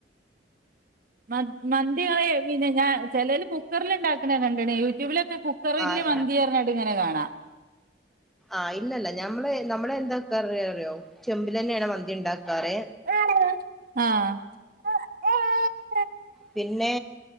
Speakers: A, on the right (about 50°); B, in the centre.
A: മ മന്തി ങ്ങള് പിന്നെ ഞാ ച്ചെലോല് കുക്കറില് ഇണ്ടാക്ക്ണെ കണ്ട്ണ് യൂട്യൂബിലൊക്കെ കു ക്കറില്
B: ആഹ്
A: മന്തി ഞ്ഞ്ട്ട് ങ്ങനെ കാണാ
B: ആഹ് ഇല്ലല്ല ഞമ്മള് നമ്മള എന്താക്കാറ റിയോ ചെമ്പിലെന്നെയാണ് മന്തി ണ്ടാക്കാറ്
A: ആഹ്
B: പിന്നെ